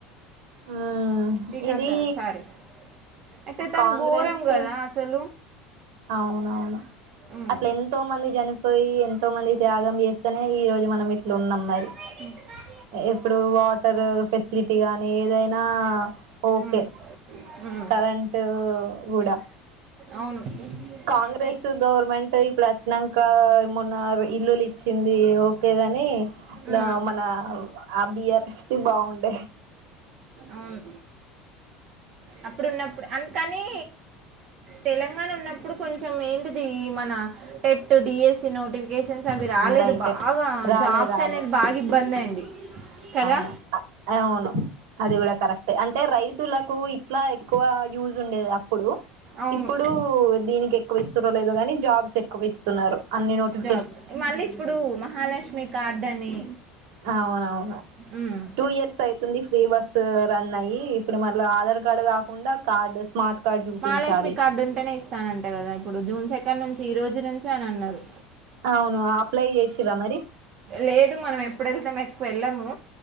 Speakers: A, on the right (about 75°); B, on the right (about 40°).
A: మ్మ్
B: శ్రీకాంత్
A: ఇది
B: చారి అయితే తను
A: కాంగ్రెస్
B: గోరం కదా అసలు
A: అవునవును
B: ఉమ్
A: అట్లా ఎంతో మంది జని పోయి ఎంతో మంది త్యాగం చేస్తేనే ఈ రోజు మనం ఇట్లా ఉన్నాం మరి
B: అ
A: ఇప్పుడు వాటర్ ఫెసిలిటీ గానీ ఏదైనా ఓకే
B: ఉమ్ ఉమ్
A: కరెంట్ గూడా
B: అవును
A: కాంగ్రెస్
B: అయి
A: గవర్నమెంట్ ఇప్పుడు అచ్చినాంక మొన్న ఇల్లులు ఇచ్చింది ఓకే కాని
B: ఉమ్
A: మన ఆ బీఆర్ రెస్పి బాగుండే
B: అవును. అప్పుడు ఉన్నప్పుడు అందుకని తెలంగాణ ఉన్నప్పుడు కొంచెం ఏంటిది మన టెట్ డిఎస్ నోటిఫికేషన్స్ అవి రాలేదు
A: రైటే
B: బాగా
A: రాలే
B: జాబ్స్
A: రాలే
B: అనేది బాగా ఇబ్బంది అయింది కదా
A: ఆ అవును అది కుడా కరెక్ అంటే రైతులకు ఇట్లా ఎక్కువ యూజ్ ఉండేది అప్పుడు
B: అవును
A: ఇప్పుడు దీనికి ఎక్కువ ఇస్తుార్రో లేదో గాని జాబ్స్ ఎక్కువ ఇస్తున్నారు అన్ని నోటిఫ్
B: జాబ్స్ మళ్ళీ ఇప్పుడు మహాలక్ష్మి కార్డ్ అని
A: అవునవును
B: ఉమ్,
A: టూ ఇయర్స్ అయితుంది ఫ్రీ బస్ రన్ అయిి ఇప్పుడు మల్ల ఆధార్ కార్డు కాకుండా కార్డు స్మార్ట్ కార్డు చూపించాలి
B: మహాలక్ష్మి కార్డు ఉంటేనే ఇస్తానంట కదా ఇప్పుడు జూన్ సెకండ్ నుంచి ఈ రోజు నుంచి అని అన్నారు
A: అవును అప్లై చేసిరా మరి
B: లేదు మనం ఎప్పుడేళ్తేాం ఎక్కువ వెళ్ళాము